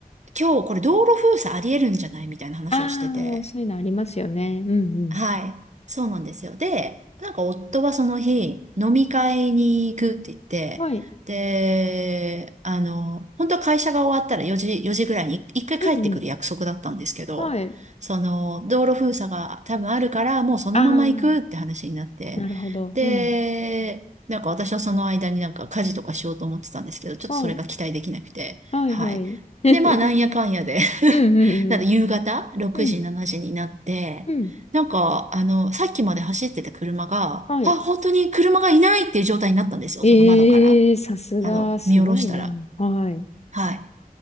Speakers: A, on the right (about 50°); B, on the left (about 45°).
A: 今日これ道路封鎖ありえるんじゃないみたいな話をしてて。
B: ああ、そういうのありますよね。うんうん。
A: はい。そうなんですよ。で、なんか夫はその日、飲み会に行くって言って、
B: はい。
A: で、あの、本当は会社が終わったら4時、4時ぐらいに一回帰ってくる約束だったんですけど、
B: うんうん。はい。
A: その、道路封鎖が多分あるから、もうそのまま行くって話になって、
B: ああ、なるほど。
A: で、
B: うん。
A: なんか私はその間になんか家事とかしようと思ってたんですけど、ちょっとそれが期待できなくて、
B: はい。はいはい。
A: はい。
B: <laughs>
A: で、まあ、なんやかんやで <laughs>
B: うんうん
A: なんか夕方6時、
B: うん。うん。
A: 7時になって、
B: うん。
A: なんか、あの、さっきまで走ってた車が、
B: はい。
A: あ、本当に車がいないっていう状態になったんですよ。
B: ええー、
A: その窓から。
B: さすが、
A: あの、
B: すごいな。
A: 見下ろしたら。
B: はい。
A: はい。